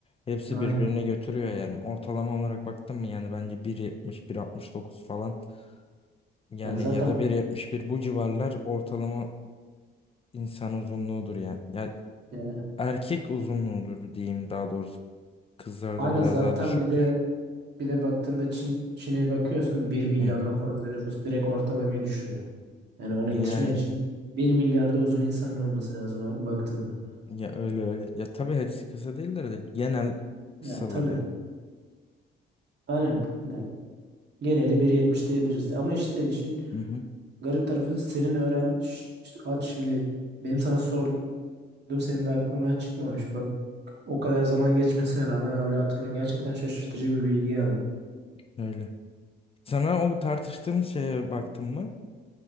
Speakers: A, on the left (about 30°); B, on the right (about 60°).
A: Hepsi
B: Aynen.
A: birbirine götürüyor yani. Ortalama olarak baktım mı yani bence bir bir yetmiş bir altmış dokuz falan. Yani
B: Yani zaten
A: ya da bir yetmiş bir bu civarlar ortalama insan uzunluğudur yani. ya
B: yani
A: erkek uzunluğudur diyeyim daha doğrusu. Kızlarda
B: aynen
A: biraz
B: zaten
A: daha düşüktür.
B: bir de bir de baktığında Çin Çin'e bakıyorsun bir milyardan
A: Hı hı.
B: fazla nüfus direkt ortalamayı düşürüyor. Yani ona
A: Yani
B: yetişmen için bir milyarda uzun insanın olması lazım baktığında.
A: ya öyle öyle. Ya tabii hepsi kısa değiller de genel kısalar
B: Yani tabii.
A: yani.
B: Aynen. Yani geneli bir yetmiş diyebiliriz. Ama işte işin
A: Hı hı.
B: garip tarafı senin öğren Ş- ş- a- şimdi benim sana sorduğum senin de aklından çıkmamış. Bak o kadar zaman geçmesine rağmen hala hatırlıyorsun. Gerçekten şaşırtıcı bir bilgi yani.
A: Öyle. Sana o tartıştığımız şeye baktın mı?